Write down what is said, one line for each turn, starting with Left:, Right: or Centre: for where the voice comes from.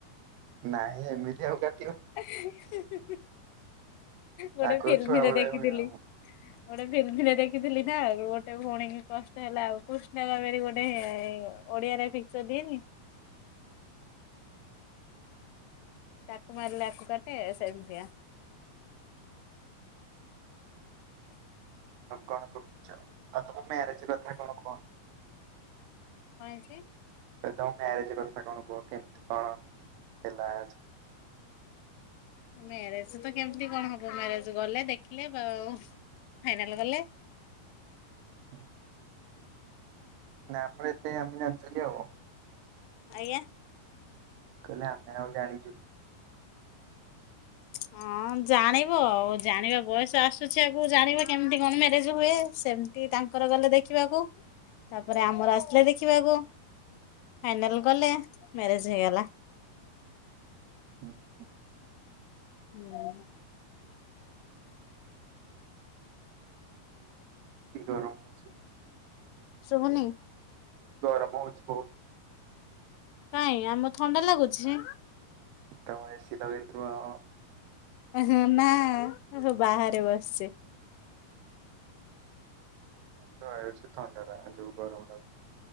Right: ନାଇଁ ଏମିତି ଆଉ କାଟିବ କି?
Left: କାଟିବ। ଗୋଟେ
Right: ଆଗରୁ
Left: ଫିଲ୍ମରେ
Right: ଛୁଆ ବେଳେ
Left: ଦେଖିଥିଲି।
Right: ହୁଏ ଆଉ
Left: ଗୋଟେ ଫିଲ୍ମରେ ଦେଖିଥିଲି ନା ଗୋଟେ ଭଉଣୀ କି କଷ୍ଟ ହେଲା ଆଉ କୃଷ୍ଣ କାବେରୀ ଗୋଟେ ଓଡିଆରେ ପିକଚର ଦିଏନି। ତାକୁ ମାରିଲେ ଆକୁ କାଟେ ସେମତିଆ
Right: କଣ କରୁଛ? ଆଉ ତମ ମ୍ୟାରେଜ କଥା କଣ କହୁ
Left: କଣ ହେଇଛି?
Right: ତ ତମ ମ୍ୟାରେଜ କଥା କଣ କୁହ କେମିତି କଣ ହେଲା ସବୁ
Left: ମ୍ୟାରେଜ ତ କେମିତି କଣ ହବ ମ୍ୟାରେଜ ଗଲେ ଦେଖିଲେ ବା ଆଉ। ଫାଇନାଲ୍ କଲେ।
Right: ହଁ। ନା ମ ଏତେ ଆମେ ଜାଣିଚେ କି ଆଉ।
Left: ଆଜ୍ଞା।
Right: କହିଲି ଆମେ ଆଉ ଜାଣିଛୁ
Left: ହଁ ଜାଣିବ ଆଉ ଜାଣିବା ବୟସ ଆସୁଛି ଆଗକୁ ଜାଣିବା କେମିତି କଣ ମ୍ୟାରେଜ ହୁଏ? ସେମିତି ତାଙ୍କର ଗଲେ ଦେଖିବାକୁ ତାପରେ ଆମର ଆସିଲେ ଦେଖିବାକୁ। ଫାଇନାଲ ଗଲେ ମ୍ୟାରେଜ ହେଇଗଲା।
Right: ହୁଁ- ହୁଁ।
Left: ହୁଁ।
Right: କି ଗରମ ହଉଛି?
Left: ଶୁଭୁନି।
Right: ଗରମ ହଉଛି ବହୁତ୍
Left: କାଇଁ ଆମ ଥଣ୍ଡା ଲାଗୁଛି।
Right: ତମର ଏସି ଲଗେଇଥିବ ଆଉ।
Left: ଉହୁଁ ନା ବାହାରେ ବସିଛି।
Right: <unintelligible> ଥଣ୍ଡା ଟା ଯୋଉ ଗରମଟା।